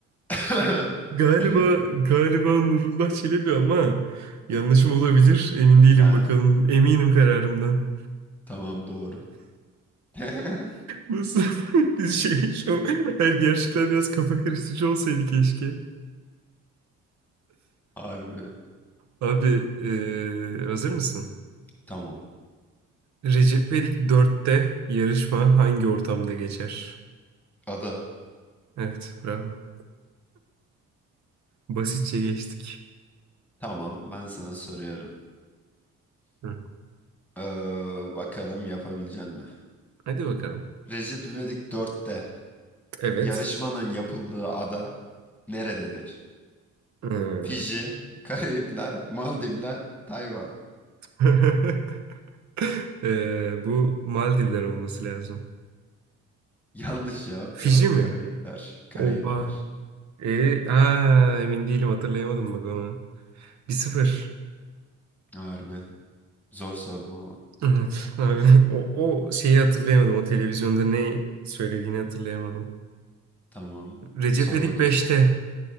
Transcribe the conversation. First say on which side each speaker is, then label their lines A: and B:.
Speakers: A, in the centre; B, on the right.
A: <laughs>
B: Galiba
A: Hadi bakalım.
B: galiba Nurullah Çelebi ama yanlışım olabilir. Emin değilim
A: Ya
B: bakalım. Eminim kararımdan.
A: tamam doğru. <laughs>
B: Nasıl <laughs> bir şey şu her diğer şıklar biraz kafa karıştırıcı olsaydı keşke.
A: Harbi.
B: Abi eee, hazır mısın?
A: Tamam.
B: Recep İvedik dörtte yarışma hangi ortamda geçer?
A: Ada.
B: Evet, bravo. Basitçe geçtik.
A: Tamam. Ben sana soruyorum.
B: Hı.
A: Ee, bakalım yapabilecek mi?
B: Hadi bakalım.
A: Recep İvedik 4'te
B: Evet.
A: yarışmanın yapıldığı ada nerededir?
B: Hı.
A: Fiji, Karayipler, Maldivler, Tayvan.
B: <laughs> Eee, bu Maldivler olması lazım.
A: Yanlış cevap.
B: Fiji
A: Cevap
B: mi?
A: Karayipler. Karayipler.
B: Oha. E, aa, emin değilim hatırlayamadım bak onu. Bir sıfır.
A: Harbi. Zor sordum ama.
B: Evet abi. <laughs> O, o şeyi hatırlayamadım. O televizyonda ne söylediğini hatırlayamadım.
A: Tamam.
B: Recep
A: Sor
B: İvedik
A: bakalım.
B: beşte